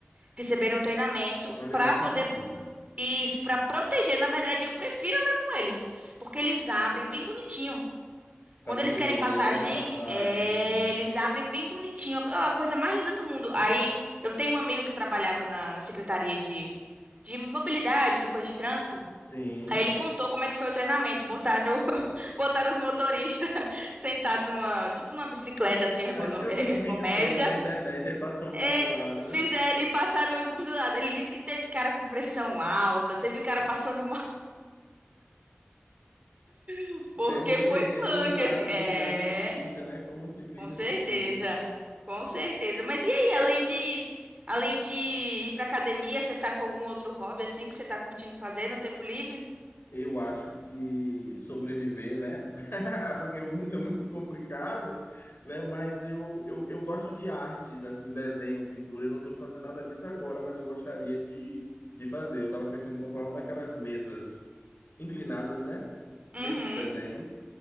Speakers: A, on the right; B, on the left.
A: receberam um treinamento
B: para lidar
A: para poder.
B: com o ciclista,
A: Isso, para proteger, na verdade, eu prefiro andar com eles, porque eles abrem bem bonitinho. Quando
B: para você
A: eles querem
B: poder,
A: passar
B: né,
A: a gente,
B: passar,
A: é,
B: etc. e tal.
A: eles abrem bem bonitinho, é a coisa mais linda do mundo. Aí eu tenho um amigo que trabalhava na, na Secretaria de, de Mobilidade, de coisa de trânsito.
B: Sim.
A: Aí ele contou como é que foi o treinamento. Botaram, <laughs> botaram os motoristas <laughs> sentados numa, tipo numa bicicleta assim, ergono-
B: Acho que eu
A: eh,
B: vi um
A: ergométrica.
B: vídeo desse na internet, aí passa o ônibus
A: É,
B: do lado, né?
A: fizeram e passaram o ônibus do lado. Ele disse que teve cara com pressão alta, teve cara passando mal, <laughs> porque
B: Para eles entenderem
A: foi punk,
B: o lugar,
A: assim. É.
B: o lugar do ciclista, né? Como o ciclista
A: Com certeza,
B: se sente.
A: com certeza. Mas e aí, além de, além de ir pra academia, você tá com algum outro hobby assim que você tá curtindo fazer no tempo livre?
B: Eu acho que sobreviver, né? <laughs> Porque o mundo é muito complicado, né? Mas eu, eu, eu gosto de artes, assim, desenho, pintura. Eu não estou fazendo nada disso agora, mas eu gostaria de, de fazer. Eu estava pensando em comprar uma daquelas mesas inclinadas, né? Mesa
A: Uhum,
B: de desenho